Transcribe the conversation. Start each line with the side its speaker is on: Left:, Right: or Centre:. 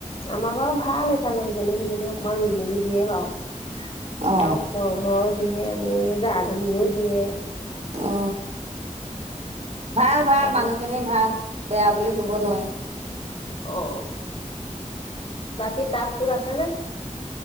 Left: আমাৰ বাৰু ভাল এইফালে ইজনী সিজনী অকমান ৰুইমেলি দিয়ে বাৰু।
Right: অ
Left: আমাৰ ওচৰ ঘৰ দিয়ে মোৰ এই জা। নিও দিয়ে।
Right: অ ভাল ভাল
Left: আপোনাৰ
Right: মানুহখিনি ভাল বেয়া বুলি কব নোৱাৰি।
Left: অ বাকী তাত সোঁত আছে নে।